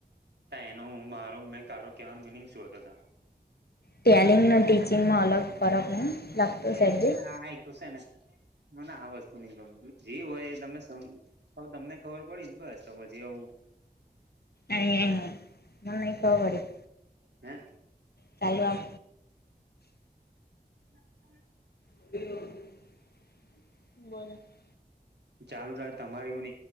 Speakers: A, on the right; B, on the left.
A: તા એનો મારો મે કો કેવાનું મિનિંગ શું હતો તા
B: ટેલિંગના ટીચિંગમાં અલગ ફરક નહીં. લાગતો સબ્જેક્ટ
A: આક્યું છે ને મને આ વસ્તુ નઈ ગમતું જે હોય એ તમે તમને ખબર પડી ને બસ તો પચી એવું.
B: અહી ન નઈ કો પડી
A: હે
B: ચાલુઆ
A: <inaudible>
B: <inaudible>
A: ચાલુ રાખે તમારે એવું